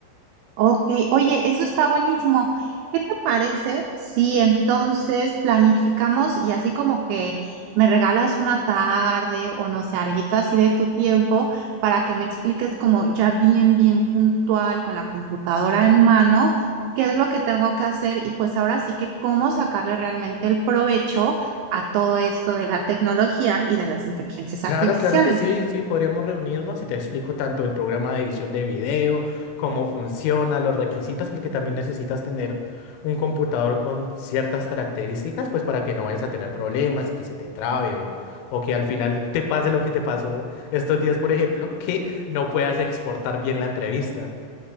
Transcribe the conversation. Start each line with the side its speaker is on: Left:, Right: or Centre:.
Right: Ok, oye, eso está buenísimo. ¿Qué te parece si entonces planificamos y así como que me regalas una tarde o no sé, alguito así de tu tiempo para que me expliques como ya bien, bien puntual con la computadora en mano, qué es lo que tengo que hacer y pues ahora sí que cómo sacarle realmente el provecho a todo esto de la tecnología y de las inteligencias
Left: Claro,
Right: artificiales?
Left: claro que sí, sí, podríamos reunirnos y te explico tanto el programa de edición de video, cómo funciona, los requisitos, porque también necesitas tener un computador con ciertas características, pues para que no vayas a tener problemas, que se te trabe o, o que al final te pase lo que te pasó estos días, por ejemplo, que no puedas exportar bien la entrevista,